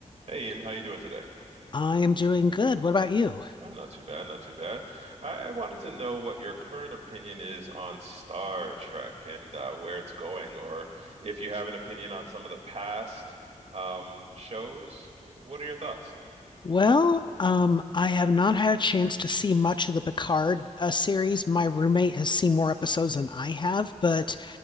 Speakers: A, on the right; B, on the left.
A: Hey, Ian, how you doing today?
B: I am doing good. What about you?
A: Oh, not too bad, not too bad. I wanted to know what your current opinion is on Star Trek and uh, where it's going, or if you have an opinion on some of the past um, shows. What are your thoughts?
B: Well, um, I have not had a chance to see much of the Picard uh, series. My roommate has seen more episodes than I have, but